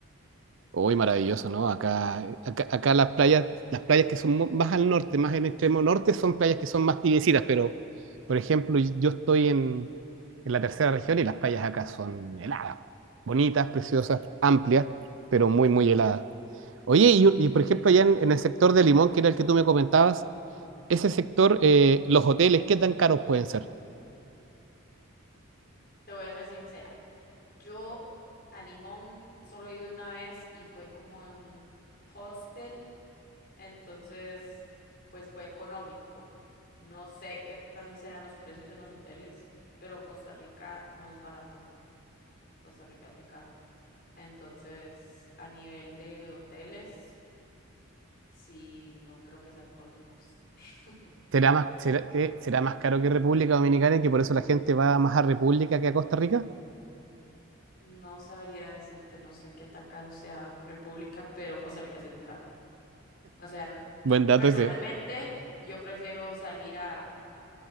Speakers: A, on the right (about 60°); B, on the left (about 45°).
A: Uy, maravilloso, ¿no? Acá, acá, acá las playas, las playas que son mu- más al norte, más en el extremo norte, son playas que son más tibiecitas, pero, por ejemplo, yo estoy en, en la tercera región y las playas acá son heladas, bonitas, preciosas, amplias, pero muy, muy heladas. Oye, y, y, por ejemplo, allá en, en el sector de Limón, que era el que tú me comentabas, ese sector, eh, los hoteles, ¿qué tan caros pueden ser?
B: Te voy a ser sincera. Yo a Limón solo he ido una vez y fue como en un hostel, entonces pues fue económico. No sé qué tal sean los precios en los hoteles, pero Costa Rica no es barato. Costa Rica es muy caro. Entonces, a nivel de hoteles, sí, no creo que sean económicos. <laughs>
A: ¿Será más, será, eh, será más caro que República Dominicana y que por eso la gente va más a República que a Costa Rica?
B: No sabría decirte, no sé qué tan caro sea República, pero Costa Rica sí es muy caro. O sea, n-
A: Buen dato
B: personalmente
A: ese.
B: yo prefiero salir a,